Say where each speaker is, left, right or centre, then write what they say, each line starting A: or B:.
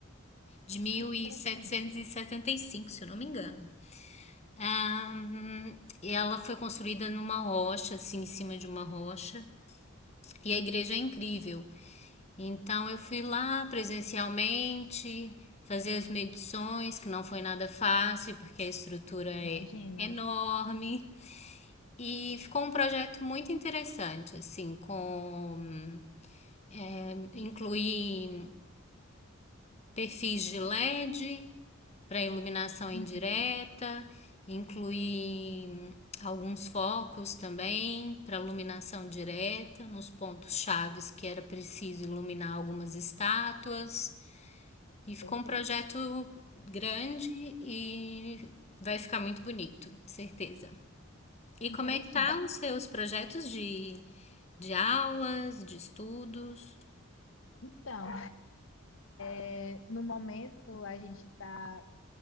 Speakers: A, on the left; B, on the left.
A: de 1775,
B: Ai, que interessante.
A: se eu não me engano. Ahn, e ela foi construída numa rocha, assim, em cima de uma rocha. E a igreja é incrível. Então eu fui lá presencialmente, fazer as medições, que não foi nada fácil, porque a estrutura é
B: Imagino.
A: enorme. E ficou um projeto muito interessante, assim, com é, incluir perfis de LED para iluminação indireta,
B: Uhum.
A: incluir alguns focos também para iluminação direta nos pontos chaves que era preciso iluminar algumas estátuas. E ficou
B: Perfeito.
A: um projeto grande e vai ficar muito bonito, certeza. E
B: Que
A: como
B: interessante.
A: é que tá os seus projetos de, de aulas, de estudos?
B: Então, é, no momento a gente está